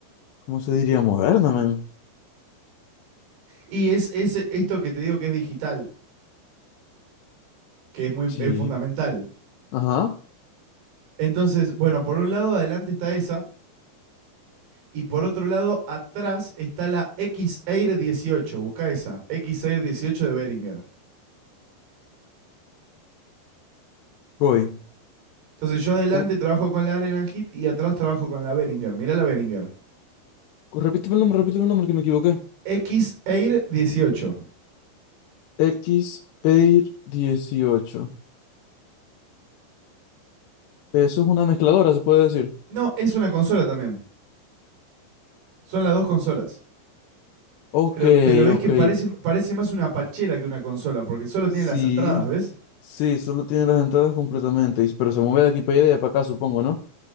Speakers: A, on the left (about 75°); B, on the right (about 75°).
A: ¿cómo se diría? Moderna, man.
B: Y es, es esto que te digo que es digital, que es muy
A: Sí.
B: es fundamental.
A: Ajá,
B: Entonces, bueno, por un lado adelante está esa y por otro lado atrás está la X-Air 18, busca esa, X-Air 18 de Behringer.
A: voy.
B: Entonces yo adelante
A: ¿Cómo?
B: trabajo con la Allen and Heath y atrás trabajo con la Behringer, mirá la Behringer.
A: Repíteme el nombre, repíteme el nombre que me equivoqué.
B: X-Air 18.
A: XPEIR dieciocho. Eso es una mezcladora, se puede decir.
B: No, es una consola también, son las dos consolas.
A: Ok,
B: Pero, pero ves
A: ok.
B: que parece, parece más una pachera que una consola, porque solo
A: Sí,
B: tiene las entradas, ¿ves?
A: sí, solo tiene las entradas completamente, y- pero se mueve de aquí para allá y de para acá, supongo, ¿no?